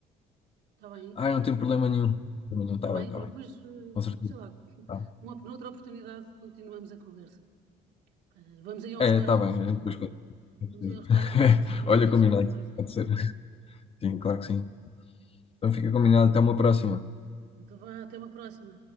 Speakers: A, on the right; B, on the left.
A: Está bem?
B: Ah, não tem
A: Eh,
B: problema nenhum, problema nenhum, está
A: Está bem?
B: bem, está
A: Olha,
B: bem,
A: pois, eh,
B: com certeza.
A: sei lá,
B: Tá.
A: numa, noutra oportunidade continuamos a conversa. Eh, Vamos aí a
B: É,
A: um restaurante.
B: está bem, a gente depois conta. <laughs>
A: Vamos aí ao restaurante e saboreamos
B: Olha,
A: assim
B: combinado,
A: umas coisas.
B: pode ser. Sim, claro que sim. Então fica combinado, até uma próxima.
A: Então vá, até uma próxima.